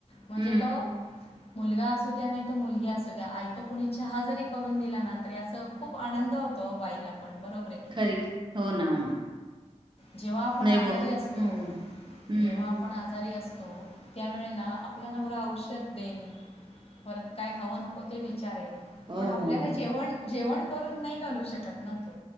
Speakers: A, on the left; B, on the right.
A: म्हणजे
B: हम्म
A: तो. मुलगा असू द्या नाही तर मुलगी असू द्या आयत कोणी चहा जरी करून दिला ना तरी अस खूप आनंद होत बाईला पण बरोबर आहे की नाही.
B: खरी हो ना हो ना.
A: जेव्हा आपण
B: नाही
A: आजारी
B: बो हम्म
A: असतो
B: हम्म
A: जेव्हा आपण आजारी असतो त्या वळेला आपल्या नवरा औषध देईल परत काय हवं नको ते वि विचारेल
B: हो
A: पण आपल्याला
B: हो हो
A: जे जेवण करून नाही घालू शकत ना तो?